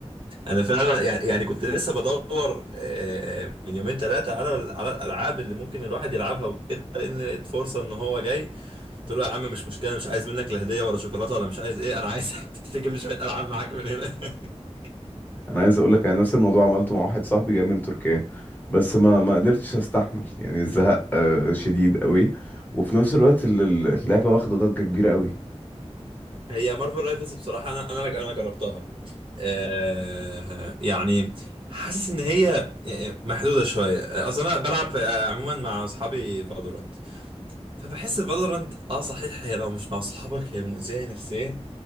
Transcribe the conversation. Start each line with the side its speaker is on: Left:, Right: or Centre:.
Right: انا فعلا يعني يعني كنت لسه بدور آه، من يومين ثلاثه على ال- على الالعاب اللي ممكن الواحد يلعبها وكده لان لقيت فرصه ان هو جاي قلت له يا عم مش مشكله مش عايز منك لا هديه ولا شوكولاته ولا مش عايز ايه انا عايز <laughs> تجيب لي شويه العاب معاك من هنا <laughs>
Left: انا عايز اقول لك انا نفس الموضوع عملته مع واحد صاحبي جاي من تركيا بس ما ما قدرتش استحمل يعني الزهق آه، شديد قوي وفي نفس الوقت ال- ال- اللعبه واخده ضجه كبيره قوي
Right: هي مارفل رايفلز بصراحه انا انا انا جربتها آه، يعني حاسس ان هي آه، محدوده شويه اصلا انا بلعب آه، عموما مع اصحابي فالورانت فبحس فالورانت اه صحيح هي لو مش مع صحابك هي مؤذية نفسيا